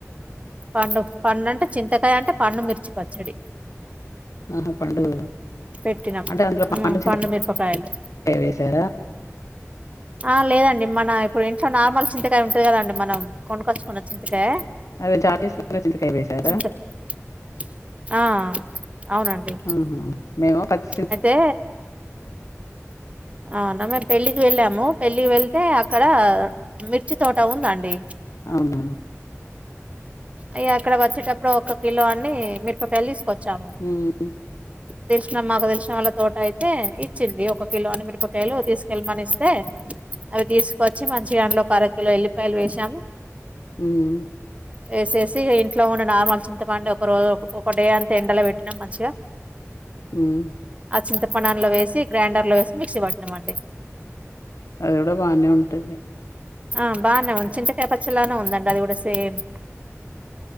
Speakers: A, on the right; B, on the left.
A: పండు పండు అంటే చింతకాయ అంటే పండు మిర్చి పచ్చడి
B: ఆహా పండు
A: పెట్టినాం
B: అంటే అందులో
A: ఉమ్
B: చింతకాయ
A: పండు మిరపకాయలు
B: వేశారా
A: ఆ లేదండి మన ఇప్పుడు ఇంట్లో నార్మల్ చింతకాయ ఉంటది కదండి మనం కొనుకొచ్చుకున్న చింతకాయ
B: అదే <inaudible> చింతకాయ వేశారా?
A: చింత ఆ అవునండి
B: ఆహా మేము కత్
A: అయితే ఆనగ పెళ్లికి వెళ్ళాము పెళ్లికి వెళ్తే అక్కడ మిర్చి తోట ఉందండి.
B: అవునా
A: ఇగ అక్కడ వచ్చేటప్పుడు ఒక కిలో అన్ని మిరపకాయలు తీసుకొచ్చాము.
B: ఉమ్,
A: తెలిసినామే మాకు తెలిసినా వాళ్ళ తోట అయితే ఇచ్చింది ఒక కిలో అని మిరపకాయలు తీసుకెళ్ళమని ఇస్తే అవి తీసుకొచ్చి మంచిగా అందులోకి అర కిలో ఎల్లుల్లిపాయలు వేశాము.
B: ఉమ్
A: వేసేసి ఇంట్లో ఉన్న నార్మల్ చింతపండు ఒక రోజు ఒక డే అంత ఎండలో పెట్టినాం మంచి గా
B: ఉమ్
A: చింతపండు అందులో వేసి గ్రైండర్ లో వేసి మిక్సీ పట్టినామండి.
B: అది కూడా బానే ఉంటది
A: ఆ బానే ఉంది చింతకాయ పచ్ చ్చడి లానే ఉందండి అది గూడ సేమ్